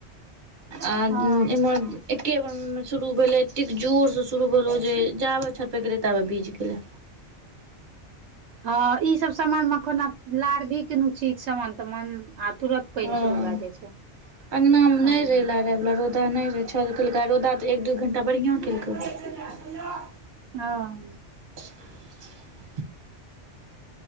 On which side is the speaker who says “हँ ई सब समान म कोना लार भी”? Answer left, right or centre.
Right